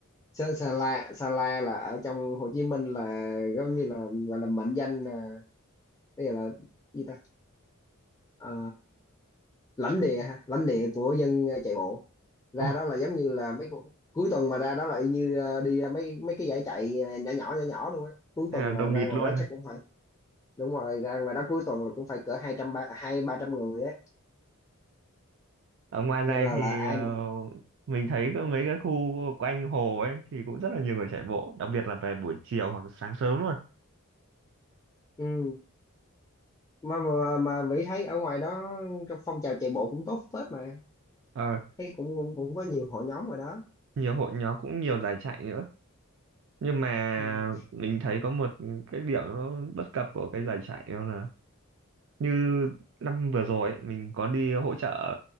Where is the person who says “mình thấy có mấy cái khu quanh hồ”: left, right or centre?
Right